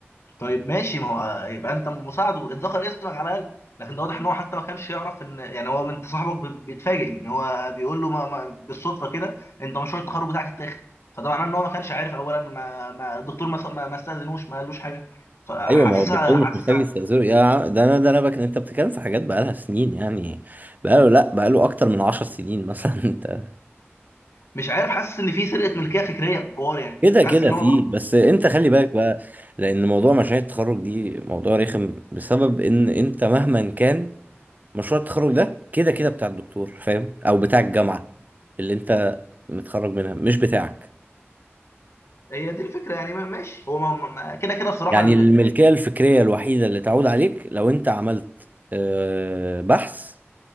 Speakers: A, on the left (about 80°); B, on the right (about 40°).
A: طيب ماشي ما هو يبقى انت مساعده اتذكر اسمك على الاقل لكن ده واضح ان هو حتى ما كانش يعرف ان يعني هو انت صاحبك بي- بيتفاجئ ان هو بيقول له ما ما بالصدفه كده انت مشروع التخرج بتاعك اتاخد فده معناه ان هو ما كانش عارف اولا ما, ما الدكتور ما ما ما استاذنوش ما قالوش حاجه فحاسسها
B: ايوه ما هو الدكتور مش
A: حاسسها
B: محتاج يستأذنه يا عم ده انا ده انا بك انت بتتكلم في حاجات بقالها سنين يعني بقاله لا بقاله اكتر من عشر سنين مثلا <laughs> انت
A: مش عارف حاسس ان في سرقه ملكيه فكريه في الحوار يعني
B: كده
A: حاسس
B: كده
A: ان
B: فيه
A: هو برضه
B: بس انت خلي بالك بقى لان موضوع مشاريع التخرج دي موضوع رخم بسبب ان انت مهما كان مشروع التخرج ده كده كده بتاع الدكتور فاهم او بتاع الجامعة اللي انت متخرج منها مش بتاعك
A: هي دي الفكره يعني ما- ماشي هو ما- ما- ما- كده كده بصراحه
B: يعني الملكية الفكرية الوحيدة اللي تعود عليك لو انت عملت آه، بحث